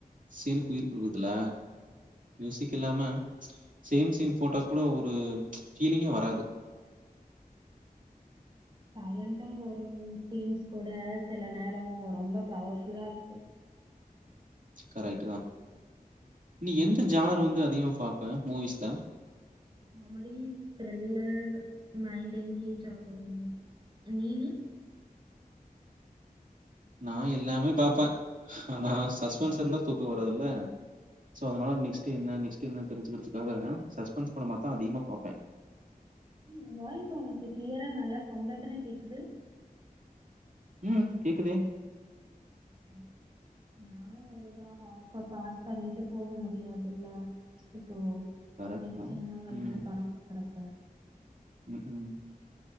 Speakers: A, on the right; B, on the right.
A: சீனுக்கு உயிர் குடுக்குதுல்ல மியூசிக் இல்லாம சேம் சேம் போட்டா கூட ஒரு ப்ச் ஃபீலிங்கே வராது
B: சைலன்டா வரு சீன்ஸ் கூட சில நேரோ ரொம்ப பவர் ஃபுல்லா இருக்கு
A: கரெட்டு தா நீ எந்த ஜானர் வந்து அதிகமா பாப்ப மூவிஸ்ல
B: காமெடி த்ரில்லர் மைண்ட் என்கேஜ் ஆகணு நீனு
A: நா எல்லாமே பாபப்பே ஆனா சஸ்பென்ஸ் இருந்தா தூக்க வராதுல்ல சோ அதனால நெக்ஸ்ட் என்ன நெக்ஸ்ட என்ன தெரிஞ்சுக்கிறதுக்காக சஸ் பென்ஸ் பட மாத்தா அதிகமா பாப்பே
B: எ வாய்ஸ் வந்து கிளியரா நல்லா சவுண்டா தான கேக்குது.
A: ம் கேக்குதே
B: ம் நானு அதேதா ஹாப்பா பாஸ் பண்ணிட்டு போக முடியாதுல்ல இப்போ
A: கரெக்ட்
B: நெக்ஸ்ட்
A: தா
B: என்ன வருதுன்
A: ம்
B: படம் பாக்குறப்ப
A: ம் ம்